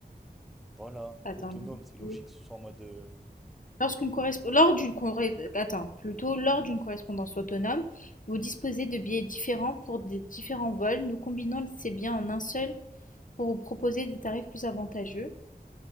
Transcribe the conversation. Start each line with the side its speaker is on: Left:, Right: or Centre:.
Centre: Voilà,
Left: Attends,
Centre: autonome,
Left: le
Centre: c'est logique
Left: billet.
Centre: que ce soit en mode. euh,
Left: Lorsqu'une corresp- lors d'une corré- Attends, plutôt lors d'une correspondance autonome, vous disposez de billets différents pour des différents vols. Nous combinons ces biens en un seul pour vous proposer des tarifs plus avantageux.